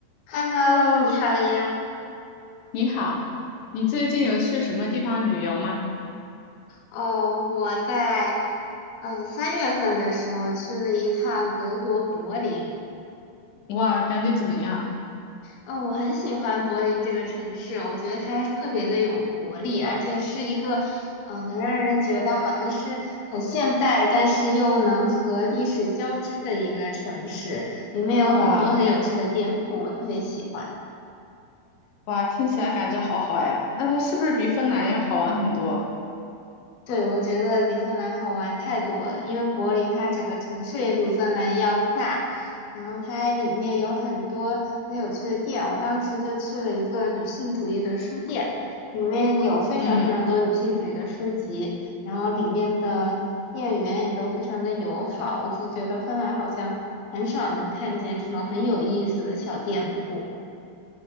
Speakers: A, on the left (about 85°); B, on the left (about 70°).
A: Hello，
B: Hello，
A: 你好呀。
B: 你好，你最近有去什么地方旅游吗？
A: 哦，我在嗯三月份的时候去了一趟德国柏林。
B: 哇，感觉怎么样？
A: 嗯，我很喜欢柏林这个城市，我觉得它特别的有活力，而且是一个嗯能让人觉得好像是很现代，但是又能和历史交织的一个城市。里面有很多很有趣的店铺，
B: 哇
A: 我特别喜欢。
B: 哇，听起来感觉好好呀。那它是不是比芬兰要好玩很多？
A: 对，我觉得比芬兰好玩太多了，因为柏林它整个城市也比芬兰要大，然后它里面有很多很有趣的店。我当时就去了一个女性主义的书店，里面有非常非常多女性主义的书籍，
B: 嗯
A: 然后里面的店员也都非常的友好，我就觉得芬兰好像很少能看见这种很有意思的小店铺。